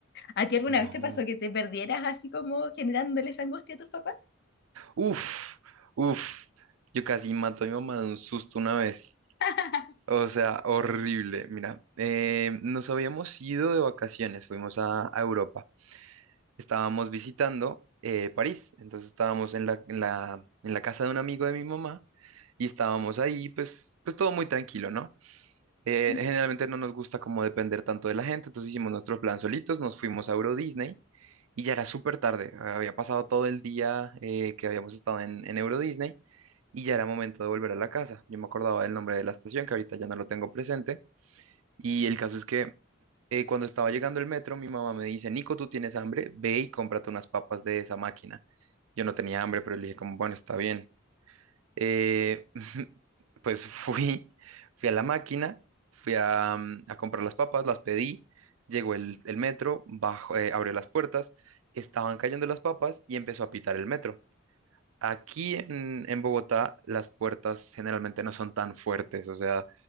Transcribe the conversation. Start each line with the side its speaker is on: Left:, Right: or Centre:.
Left: ¿A ti alguna
Right: No.
Left: vez te pasó que te perdieras así como generándoles angustia a tus papás?
Right: Uf, uf, yo casi mato a mi mamá de un susto una vez.
Left: <laughs>
Right: O sea, horrible. Mira, eh, nos habíamos ido de vacaciones, fuimos a, a Europa. Estábamos visitando eh, París, entonces estábamos en la, en la, en la casa de un amigo de mi mamá y estábamos ahí, pues, pues todo muy tranquilo, ¿no? Eh,
Left: Ujú,
Right: generalmente no nos gusta como depender tanto de la gente, entonces hicimos nuestro plan solitos, nos fuimos a Euro Disney y ya era súper tarde. Había pasado todo el día eh, que habíamos estado en, en Euro Disney y ya era momento de volver a la casa. Yo me acordaba del nombre de la estación, que ahorita ya no lo tengo presente y el caso es que eh, cuando estaba llegando el metro, mi mamá me dice, Nico, ¿tú tienes hambre? Ve y cómprate unas papas de esa máquina. Yo no tenía hambre, pero le dije como, bueno, está bien. Eh, <laughs> pues fui, fui a la máquina, fui a, mm, a comprar las papas, las pedí, llegó el, el metro, bajó, eh, abrió las puertas, estaban cayendo las papas y empezó a pitar el metro. Aquí en, en Bogotá las puertas generalmente no son tan fuertes, o sea,